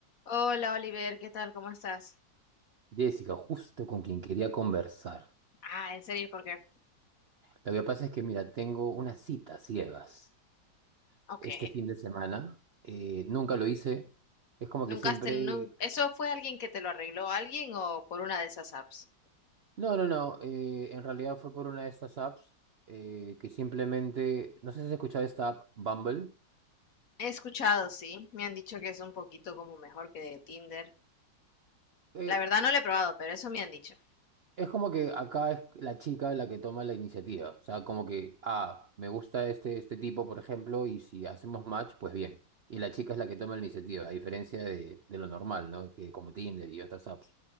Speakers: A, on the left; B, on the right.
A: Hola Oliver, ¿qué tal? ¿Cómo estás?
B: Jessica, justo con quien quería conversar.
A: Ah, en serio, porque,
B: Lo que pasa es que, mira, tengo una cita a ciegas
A: ok.
B: este fin de semana. Eh, nunca lo hice. Es como
A: Nunca
B: que siempre...
A: has tenido... ¿Eso fue alguien que te lo arregló alguien o por una de esas apps?
B: No, no, no. eh, en realidad fue por una de estas apps eh, que simplemente... No sé si has escuchado esta app, Bumble.
A: He escuchado, sí. Me han dicho que es un poquito como mejor que Tinder.
B: Eh,
A: La verdad no lo he probado, pero eso me han dicho.
B: Es como que acá es la chica la que toma la iniciativa. O sea, como que, ah, me gusta este, este tipo, por ejemplo, y si hacemos match, pues bien. Y la chica es la que toma la iniciativa, a diferencia de, de lo normal, ¿no? Que como Tinder y otras apps.